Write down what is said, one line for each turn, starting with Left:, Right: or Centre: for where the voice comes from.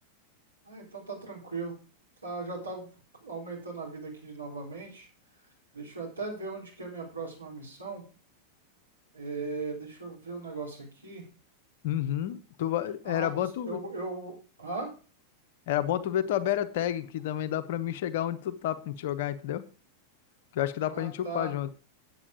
Right: Ah, então tá tranquilo. Tá, eu já tava aumentando a vida aqui de novamente. Deixa eu até ver onde que é a minha próxima missão. É, deixa eu ver um negócio aqui.
Left: Uhum. Tu vai-
Right: Ah,
Left: era bom
Right: cons-
Left: tu,
Right: eu, eu... Ah?
Left: era bom tu ver tua beta Tag, que também dá pra mim chegar onde tu tá pra gente jogar, entendeu? Que eu acho que
Right: Ah,
Left: dá pra gente
Right: tá.
Left: upar junto.